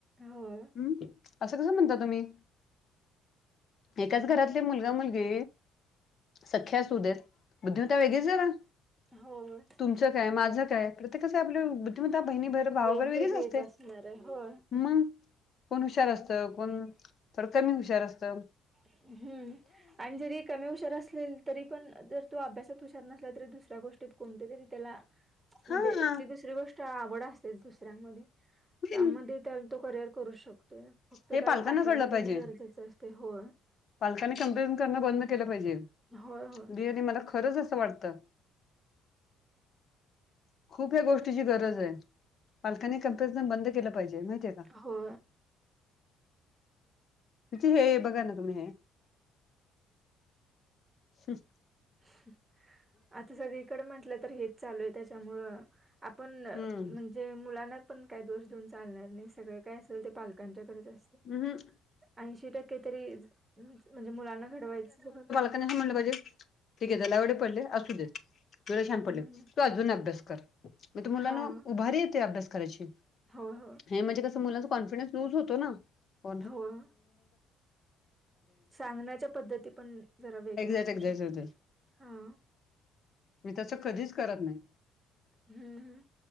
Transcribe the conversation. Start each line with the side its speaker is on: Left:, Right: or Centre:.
Right: होय
Left: हम् असं कसं म्हणता तुम्ही. एकाच घरातले मुलगा मुलगी सख्या असू देत. बुद्धिमता वेगळीच जरा
Right: होय.
Left: तुमचं काय माझं काय प्रत्येकचं आपल्या बुद्धिमत्ता बहिणी भर भावाबर
Right: वेगवेगळीच
Left: वेगळीच असते.
Right: असणार आहे होय.
Left: मग कोण हुशार असतं कोण थोडं कमी हुशार असत.
Right: हम्म आणि जरी कमी हुशार असलेल तरी पण जर तो अभ्यासात हुशार नसला तरी दुसऱ्या गोष्टीत कोणते तरी त्याला म्हणजे
Left: हा
Right: ती दुसरी गोष्ट आवड असतेच दुसऱ्यांमध्ये
Left: हम्म.
Right: त्यामध्ये तर तो करिअर करूच शकतोय फक्त
Left: हे
Right: त्याला
Left: पालकांना
Right: पाठिंबा
Left: कळलं
Right: देणं
Left: पाहिजे
Right: गरजेचं असतय हो.
Left: पालकांनी कंप्लेंट करणं बंद केलं पाहिजे
Right: होय, होय.
Left: मला <unintelligible> खरंच असं वाटतं. खूप ह्या गोष्टीची गरजय पालकांनी कमपेरिझन बंद केलं पाहिजे माहितीय का.
Right: हो.
Left: किती हे बघा ना तुम्ही हे हम.
Right: हम आता सगळीकडे म्हंटलं तर हेच चालू हाय त्याच्यामुळं आपण म्हण
Left: हम्म
Right: ते मुलांना पण काय दोष देऊन चालणार नाही सगळं काय असेल ते पालकांच्याकडच असत.
Left: हम हम.
Right: ऐंशी टक्के तरी म्हणजे मुलांना घडवायचं
Left: त्यानं ह म्हलं पाहिजे ठीकय तेला एवढे पाढले असुडेत <unintelligible> तू
Right: हं, हं.
Left: अजून अभ्यास कर मग तु
Right: हां.
Left: मुलांना उभारी येते अभ्यास करायची.
Right: होय हो.
Left: हे म्हणजे कसं मुलाचा कॉन्फिडन्स लूज होतो ना <unintelligible>
Right: होय. सांगण्याच्या पद्धती पण जरा वेगळ्या
Left: एक्झॅक्ट
Right: असू
Left: एक्झॅक्ट
Right: शक
Left: एक्झॅक्ट
Right: हा.
Left: मी त्याच कधीच करत नाय.
Right: हम्म हम्.